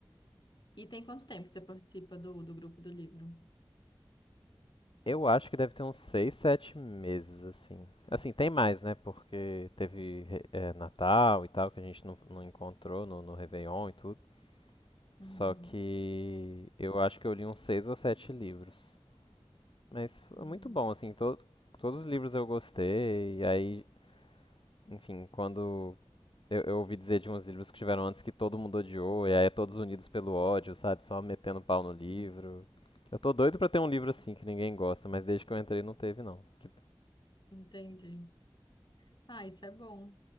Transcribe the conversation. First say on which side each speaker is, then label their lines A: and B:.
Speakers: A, on the left; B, on the left.
A: E tem quanto tempo que você participa do, do grupo do livro?
B: Eu acho que deve ter uns seis, sete meses, assim. Assim, tem mais, né? Porque teve re- eh, Natal e tal, que a gente não, não encontrou no, no Réveillon e tudo.
A: Uhum.
B: Só que eu acho que eu li uns seis ou sete livros. Mas foi
A: Uhum.
B: muito bom, assim, to- todos os livros eu gostei. E aí, enfim, quando eu, eu ouvi dizer de uns livros que tiveram antes que todo mundo odiou, e aí é todos unidos pelo ódio, sabe? Só metendo pau no livro.
A: Uhum.
B: Eu tô doido pra ter um livro assim que ninguém gosta, mas desde que eu entrei não teve, não. Que
A: Entendi. Ah, isso é bom.